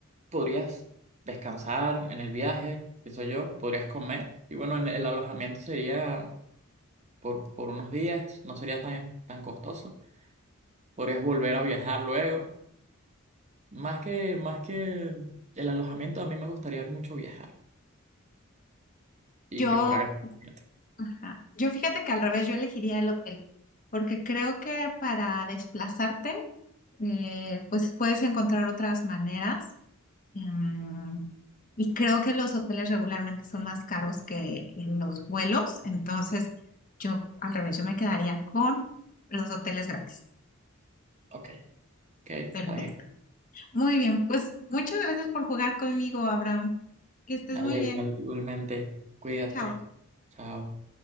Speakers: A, on the right; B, on the left.
A: podrías descansar en el viaje, pienso yo, podrías comer. Y bueno, en el alojamiento sería por, por unos días, no sería tan, tan costoso. Podrías volver a viajar luego. Más que, más que el alojamiento, a mí me gustaría mucho viajar y
B: Yo,
A: que fuera gratis.
B: ajá, yo fíjate que al revés, yo elegiría el hotel, porque creo que para desplazarte, eh, pues puedes encontrar otras maneras. em, Y creo que los hoteles regularmente son más caros que los vuelos, entonces yo al revés, yo me quedaría con los hoteles gratis.
A: Ok, ok, está
B: Perfecto.
A: bien.
B: Muy bien, pues muchas gracias por jugar conmigo, Abraham. Que estés
A: Dale,
B: muy bien.
A: igual- igualmente, cuídate.
B: Chao.
A: Chao.